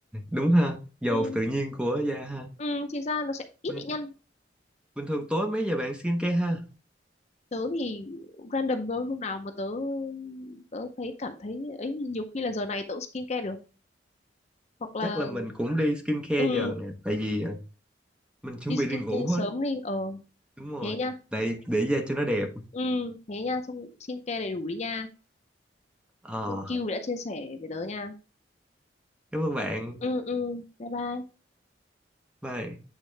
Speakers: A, in the centre; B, on the left (about 35°).
A: đúng ha, dầu
B: ừ,
A: tự nhiên của da ha.
B: ừ thì da nó sẽ ít
A: Bình,
B: bị nhăn
A: bình thường tối mấy giờ bạn skincare ha?
B: tớ thì random thôi hôm nào mà tớ tớ thấy cảm thấy ấy nhiều khi là giờ này tớ cũng skincare được hoặc là
A: Chắc là mình cũng đi skincare
B: ừ
A: giờ nè, tại vì à, mình chuẩn
B: đi
A: bị
B: skincare
A: đi ngủ hết.
B: sớm đi ờ
A: Đúng rồi,
B: thế nha
A: tại để da cho nó đẹp.
B: ừ thế nha xong skincare đầy đủ đi nha
A: Ờ,
B: thank you vì đã chia sẻ với tớ nha
A: cảm ơn bạn.
B: ừ ừ bye bye
A: Bye.